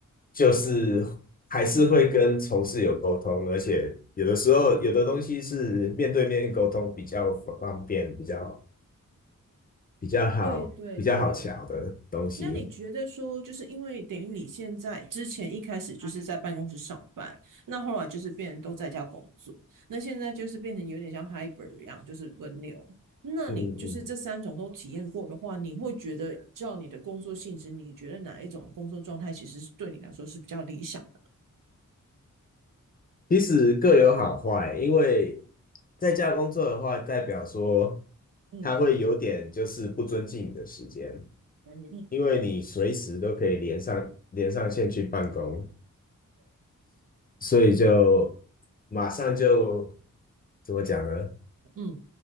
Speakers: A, on the left; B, on the right.
A: 就是还是会跟同事有沟通，而且有的时候有的东西是面对面沟通比较方便，比较比较好，
B: 对对对。
A: 比较好瞧的东西。
B: 那你觉得说，就是因为等于你现在之前一开始就是在办公室上班，那后来就是变成都在家工作，那现在就是变成有点像 hybrid 一样，就是轮流。那你就是这三种都体验过的话，
A: 嗯嗯，
B: 你会觉得照你的工作性质，你觉得哪一种工作状态其实是对你来说是比较理想的？
A: 其实各有好坏，因为在家工作的话，代表说
B: 嗯
A: 他会有点就是不尊敬你的时间。
B: 嗯，
A: 因为你随时都可以连上连上线去办公，所以就马上就怎么讲呢？
B: 嗯。